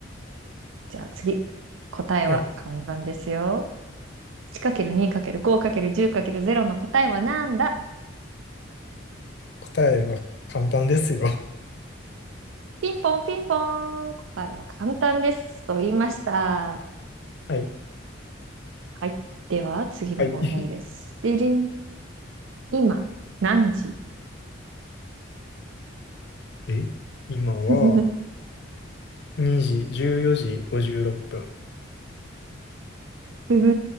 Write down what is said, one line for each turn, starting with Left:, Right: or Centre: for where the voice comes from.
Right: じゃあ次。答えは簡単ですよ。
Left: はい。
Right: 1×2×5×10×0 の答えはなんだ
Left: 答えは簡単ですよ。
Right: ピンポンピンポーン。答えは簡単です。と言いました。
Left: <laughs> はい。
Right: はい。では次の問題です。
Left: はい。<laughs>
Right: でりん。今、何時
Left: え今は
Right: <laughs>
Left: 2時、14時56分。
Right: ブブ